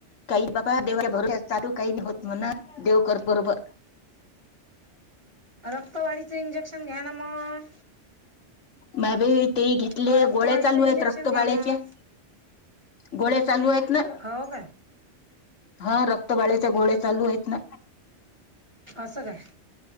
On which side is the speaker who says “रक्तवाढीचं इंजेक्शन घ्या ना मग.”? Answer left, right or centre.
Right